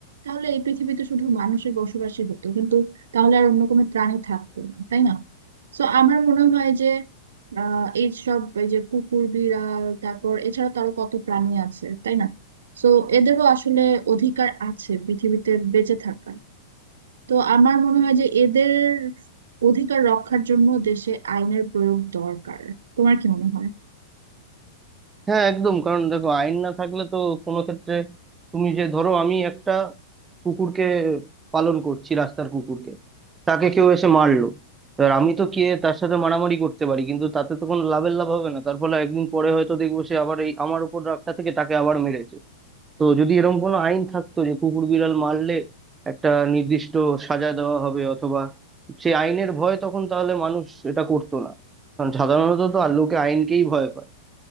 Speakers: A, on the right (about 80°); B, on the right (about 15°).
A: তাহলে এই পৃথিবীতে শুধু মানুষের বসবাসই হতো কিন্তু তাহলে আর অন্য কোনো প্রাণী থাকতো না তাই না সো আমার মনে হয় যে আহ এইসব এই যে কুকুর বিড়াল তারপর এছাড়া তো আরো কত প্রাণী আছে তাই না তো এদেরও আসলে অধিকার আছে পৃথিবীতে বেঁচে থাকার তো আমার মনে হয় যে এদের অধিকার রক্ষার জন্য দেশে আইনের প্রয়োগ দরকার তোমার কি মনে হয়
B: হ্যাঁ একদম কারণ দেখো আইন না থাকলে তো কোনো ক্ষেত্রে তুমি যে ধরো আমি একটা কুকুরকে পালন করছি রাস্তার কুকুরকে তাকে কেউ এসে মারলো এবার আমি তো গিয়ে তার সাথে মারামারি করতে পারি কিন্তু তাতে তো কোনো লাভের লাভ হবে না তার ফলে একদিন পরে হয়তো দেখবো সে আবার এই আমার উপর রাগটা থেকে তাকে আবার মেরেছে তো যদি এরকম কোনো আইন থাকতো যে কুকুর বিড়াল মারলে একটা নির্দিষ্ট সাজা দেওয়া হবে অথবা সেই আইনের ভয় তখন তাহলে মানুষ এটা করতো না কারণ সাধারণত তো আর লোকে আইনকেই ভয় পায়